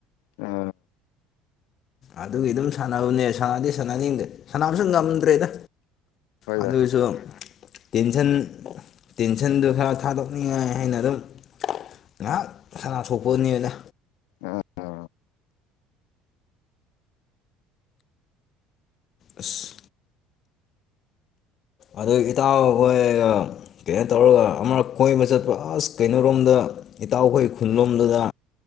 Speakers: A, on the left; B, on the left.
A: ꯑ
B: ꯑꯗꯨꯒꯤ ꯑꯗꯨꯝ ꯁꯥꯟꯅꯕꯅꯦ ꯁꯥꯟꯅꯗꯤ ꯁꯥꯟꯅꯅꯤꯡꯗ ꯁꯥꯟꯅꯕꯁꯨ ꯉꯝꯗ꯭ꯔꯦꯗ
A: ꯍꯣꯏꯗ
B: ꯑꯗꯣꯢꯁꯨ ꯀꯩꯁꯨ ꯇꯦꯟꯁꯟ ꯇꯦꯟꯁꯟꯗꯨ ꯈꯔ ꯊꯥꯗꯣꯛꯅꯤꯡꯉꯥꯏ ꯍꯥꯏꯅ ꯑꯗꯨꯝ ꯉꯥꯏꯍꯥꯛ ꯁꯅꯥ ꯊꯣꯛꯄꯅꯦꯅ
A: ꯑꯥ
B: ꯑꯁ ꯑꯗꯨ ꯏꯇꯥꯎ ꯍꯣꯏꯒ ꯀꯩꯅꯣ ꯇꯧꯔꯒ ꯑꯃꯛ ꯀꯣꯏꯕ ꯆꯠꯄ ꯑꯁ ꯀꯩꯅꯣꯣꯔꯣꯝꯗ ꯏꯇꯥꯎꯈꯣꯏ ꯈꯨꯟꯂꯣꯝꯗꯨꯗ